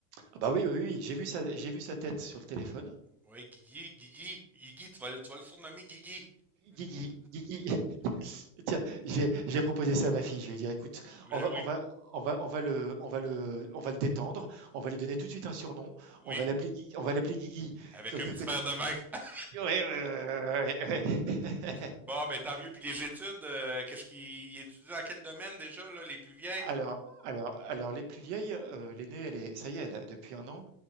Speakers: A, on the right (about 45°); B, in the centre.
A: Ah bah oui, oui, oui. J'ai vu sa, j'ai vu sa tête sur le téléphone.
B: Ouais, Guigui, Guigui, Guigui, tu vas, le- tu vas le surnommer Guigui.
A: Guigui, Guigui. Tiens, j'ai j'ai proposé ça à ma fille. Je lui ai dit, écoute,
B: Ben
A: on va,
B: oui,
A: on va, on va, on va le, on va le, on va le détendre. On va lui donner tout de suite un surnom.
B: oui.
A: On va l'appeler, Guigui- on va l'appeler Guigui.
B: Avec
A: Que- que-
B: un petit
A: que-
B: verre de vin. <laughs>
A: Ouais, ouais, ouais, ouais, ouais.
B: Bon,
A: <laughs>
B: ben tant mieux. Puis les études, euh, qu'est-ce qu'il étudie dans quel domaine déjà, là, les plus vieilles?
A: Alors, alors, alors, les plus vieilles, euh, l'aînée, elle est, ça y est, elle a- depuis un an,